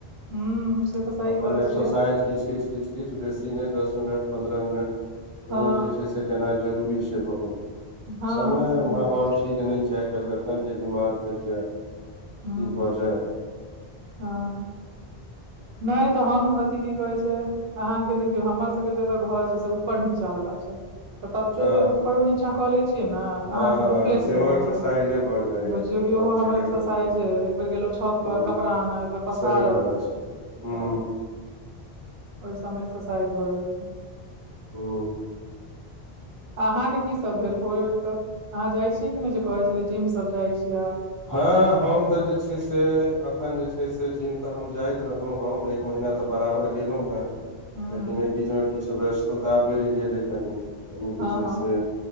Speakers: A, on the right (about 75°); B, on the left (about 25°).
A: हू से तऽ सही
B: अपन
A: कहै
B: एक्सरसाइज
A: छियै
B: किच किच कि। किछु बेसी नहि दस मिनट पन्द्रह मिनट
A: हँ
B: रोज जे छै से केनाई जरूरी छै बहुत
A: हँ
B: समय
A: सही
B: माहौल
A: बात छै
B: ठीक नहि छै आई कल्हिकखनके बीमार पड़ि जाय
A: ह
B: की भऽ जाय
A: ह नहि तऽ हम अथि कि कहै छै अहाँकेँ देखियौ हमर सभके जेतऽ घर छै से ऊपर नीचा वला छै तऽ तते
B: आ
A: बेर ऊपरो नीचा कऽ ले छियै ने
B: हँ
A: अहाँकेँ डुप्लेक्स
B: हँ सेहो
A: जकाँ
B: एक्सरसाइजे
A: से
B: भऽ जाइया
A: बुझ जोकि
B: हँ
A: ओहो
B: ठीके
A: हमर एक्सरसाइज
B: कहलियै
A: एक बेर गेलो छात
B: हूँ
A: पर कपड़ा आन एक बेर
B: सही
A: पसार
B: बात छै हूँ
A: तऽ ओहि सभमे एक्सरसाइज भऽ जाइ छै
B: ह।
A: अहाँकेँ कि सभ भेल भोरे उठ कऽ अहाँ जाई छीयै कि नहि जे कहै छलै जिम सभ जाई छीयै आब
B: ह हम तऽ जे छै से अखन जे छै से जिम तऽ हम जाइत रहौ हम एक महिना तऽ बराबर गेलहुँ हे
A: हूँ
B: लेकिन एहि बीच मे किछु व्यस्तता बढ़ि गेलै कनी कनी
A: हँ
B: जे छै
A: हँ
B: से